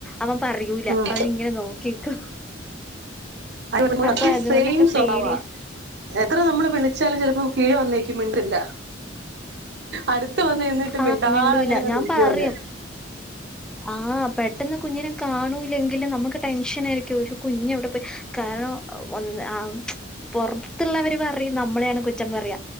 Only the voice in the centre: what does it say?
അവൻ പറയൂല.
അവൻ ഇങ്ങനെ നോക്കിക്കും.
അപ്പൊ അതുകൊണ്ടൊക്കെ
പേടിയ
ആഹ്
മിണ്ടൂല
ഞാൻ
പറയും
ആഹ് പെട്ടെന്ന് കുഞ്ഞിനെ കാണൂലങ്കിലും നമുക്ക് ടെൻഷൻ ആയിരിക്കും ഒരു കുഞ്ഞ എവിടെ പോയി കാരണം ഒന്ന് ആഹ് പൊറത്തുള്ളവര് പറയും നമ്മളെയാണ് കുറ്റം പറയ